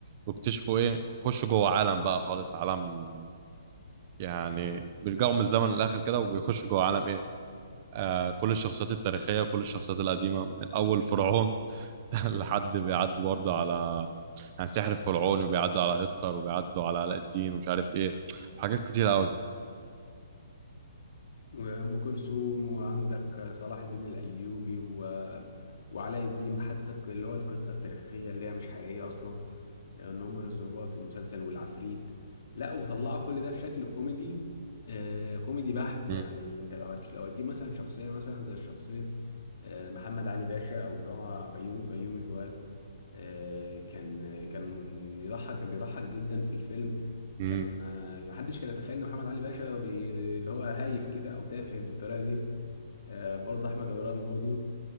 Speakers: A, on the right; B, on the left.
A: واكتشفوا ايه خشوا جوه عالم بقى خالص عالم يعني بيرجعوا من الزمن للاخر كده وبيخشوا جوه عالم ايه آه كل الشخصيات التاريخيه وكل الشخصيات القديمه من اول فرعون <laughs> لحد بيعدي برضه على يعني سحر الفرعون وبيعدوا على هتلر وبيعدوا على علاء الدين ومش عارف ايه حاجات كتير قوي
B: وأم كلثوم وعندك صلاح الدين الأيوبي و... وعلاء الدين حتى الق- اللي هو القصة التاريخية اللي هي مش حقيقية أصلا إن هم يزوروها في المسلسل والعفريت لا وطلعوا كل ده في شكل كوميدي آه كوميدي بحت يعني
A: مم.
B: أنت لو هتش... لو هتجيب مثلا شخصية مثلا زي شخصية آه محمد علي باشا أو اللي هو بيومي بيومي فؤاد آه كان كان من- يضحك كان بيضحك جدا في الفيلم
A: مم.
B: كان آه، محدش كان يتخيل ان محمد علي باشا بي... اللي هو هايف كده او تافه بالطريقه دي آه، برضه احمد عرابي برضه